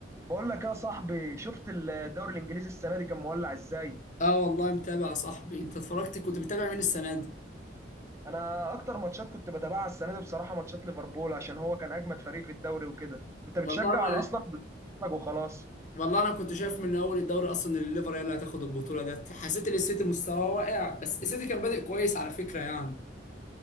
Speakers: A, on the right (about 15°); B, on the left (about 45°).
A: بقول لك يا صاحبي شفت الدوري الانجليزي السنه دي كان مولع ازاي
B: اه والله متابع يا صاحبي انت اتفرجت كنت بتابع مين السنه دي
A: انا اكتر ماتشات كنت بتابعها السنه دي بصراحه ماتشات ليفربول عشان هو كان اجمد فريق في الدوري وكده انت بتشجع
B: والله انا
A: على اصلا بتتفرج وخلاص
B: والله انا كنت شايف من اول الدوري اصلا ان الليفر هي اللي هتاخد البطوله ديت حسيت ان السيتي مستواه واقع بس السيتي كان بادئ كويس على فكره يعني